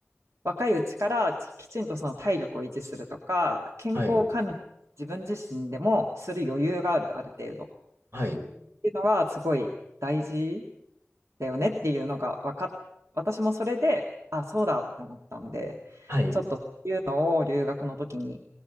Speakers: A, on the right (about 75°); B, on the right (about 55°).
A: 若いうちからききちんとその体力を維持するとか、健康管理自分自身でもする余裕がある、
B: はい。
A: ある程度っ
B: はい。
A: ていうのがすごい大事だよねっていうのが分かっ、私もそれで、あ、そうだって思ったんで、
B: はい。
A: ちょっとそういうのを留学の時に